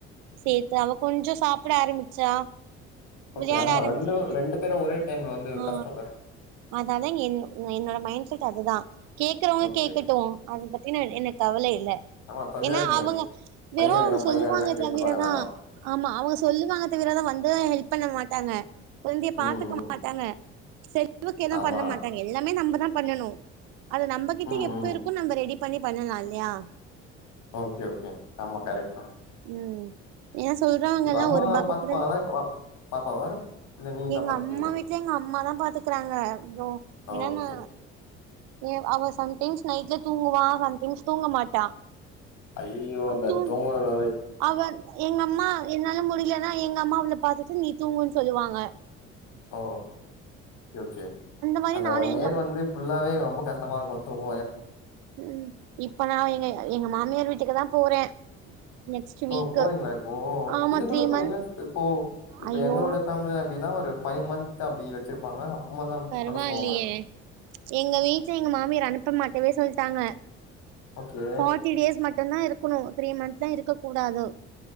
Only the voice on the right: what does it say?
சேத்து அவ கொஞ்ச சாப்பிட ஆரம்பிச்சா
விளையாட
ஆரம்பிச்சா
ஆ
அதாதா என் என்னோட மைண்ட் செட் அதுதா கேக்கறவங்க
கேக்கட்டு அத பத்தின எனக் கவலை இல்ல
ஏன்னா
அவுங்க வெறும்
அவங்க
சொல்லுவாங்க
தவிரதா
ஆமா அவங்க சொல்லுவாங்க தவிரதா வந்து ஹெல்ப் பண்ண மாட்டாங்க கொழந்தய பாத்துக்க
மா செ செலவுக்கு எது
பண்ண மாட்டாங்க எல்லாமே நம்ம பண்ணனு அது நம்பகிட்ட
எப்ப
இருக்குன்னு நம்ப ரெடி பண்ணி பண்ணலா இல்லயா
உம் ஏ சொல்றாங்கலாம்
ஒருபாக்கி
கூட
எங்க
அம்மா வீட்ல எங்க அம்மாதா பாத்துக்றாங்க இப்போ என்னான்னா
ஏ அவ சம்டைம்ஸ் நைட்ல தூங்குவா சம்டைம்ஸ் தூங்க மாட்டா
தூ
அவ எங்க அம்மா என்னால முடிலன்னா எங்க அம்மா அவள பாத்துட்டு நீ தூங்குன்னு சொல்லுவாங்க
மாரி
நானு
எங்க
ம் இப்ப நான் எங்க எங்க மாமியார் வீட்டுக்கு தா போறே நெக்ஸ்ட்
வீக்கு
ஆமா
த்ரீ
மந்த்
ஐயோ
பரவா
இல்லயே எங்க வீட்ட எங்க மாமியர் அனுப்ப மாட்டவே சொல்ட்டாங்க
ஃபோர்ட்டி டேஸ் மட்டுந்தா இருக்கணு த்ரீ மந்த்லா இருக்க கூடாது